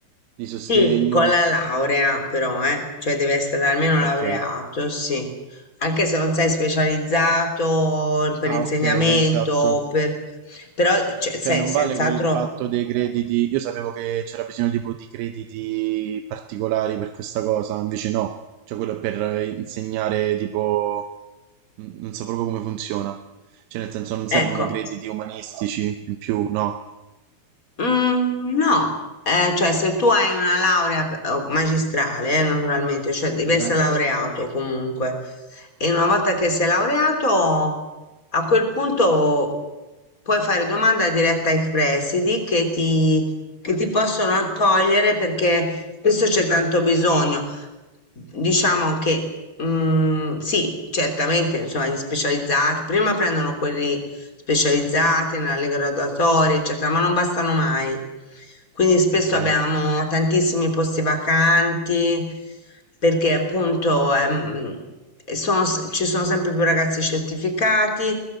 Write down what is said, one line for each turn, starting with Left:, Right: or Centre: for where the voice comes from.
Right: di sostegno.
Left: Sì, con la laurea però, eh. Cioè deve essere almeno laureato,
Right: Ok.
Left: sì. Anche se non sei specializzato per
Right: Ah,
Left: insegnamento,
Right: ok, esatto.
Left: per- però cioè, sei
Right: Cioè non
Left: senz'altro,
Right: vale quel fatto dei crediti. Io sapevo che c'era bisogno tipo di crediti particolari per questa cosa, invece no. Cioè quello è per eh, insegnare tipo n- non so proprio come funziona. Cioè nel senso non
Left: ecco.
Right: servono crediti umanistici in più, no.
Left: Mhmm, no, ehm, cioè se tu hai una laurea p o magistrale, eh, naturalmente, cioè devi
Right: Mhm.
Left: essere laureato comunque e una volta che sei laureato, a quel punto puoi fare domanda diretta ai presidi che ti che ti possono accogliere perché spesso c'è tanto bisogno. Diciamo che, mhmm, sì, certamente insomma gli specializzati, prima prendono quelli specializzati nelle graduatorie, eccetera, ma non bastano mai. Quindi spesso
Right: Ok,
Left: abbiamo tantissimi posti vacanti perché appunto ehm, e sono s- ci sono sempre più ragazzi certificati.